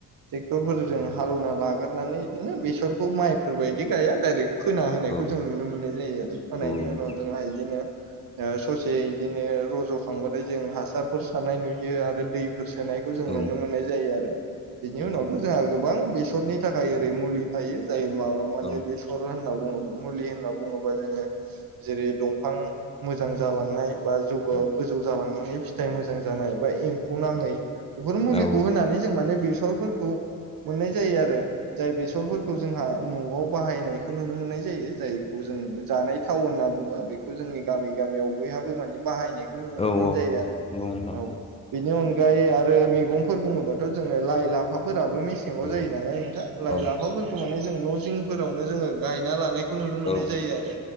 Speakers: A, on the right; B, on the left.
A: ट्रेक्टरजों हालौनानै लाग्रानै बिदिनो बेसरखौ माइफोरबायदि गाया डाइरेक्ट फोना होनायखौ
B: औ
A: जों नुनो मोननाय जायो आरो फोनायनि
B: नोंथां
A: उनाव जोंहा बिदिनो ससे बिदिनो
B: उम
A: रज' खांबाथाय जों हासारफोर सारानाय नुयो आरो दै होसोनायखौ जों
B: औ
A: नुनो मोननाय जायो आरो बिनि
B: उम
A: उनावथ' जोंहा गोबां बेसरनि थाखाय ओरै मुलि थायो जाय माबा माने
B: औ
A: बेसर होनना बुङोब्ला मुलि होनना बुङोबा जोङो जेरै दंफां मोजां जालांनाय बा <unintelligible>
B: उम
A: गोजौ जालांनानै फिथाइ मोजां जानाय बा एम्फौ नाङै बेफोर मुलिखौ
B: औ
A: होनानै जों माने बेसरफोरखौ मोननाय जायो आरो। जाय बेसरफोरखौ जोंहा न'आव बाहायनाय बेखौ नुनो मोननाय जायो जायखौ जों जानाय थाव होनना बुङो बेखौ जोंनि गामि गामियाव बयहाबो माने बाहायनाय नुनो
B: औ
A: मोननाय जायो आरो
B: नंगौ नोंथां
A: औ बेनि अन गायै आरो मैगंफोर बुङोबाथ' जोङो लाइ लाफाफोर फोराबो मेसेंगाव
B: औ
A: जायो नालाय नोंथां लाइ
B: औ
A: लाफाफोरखौ माने जों न' जिंफोरावनो जोङो गायना लानाय नुनो मोननाय
B: औ
A: जायो आरो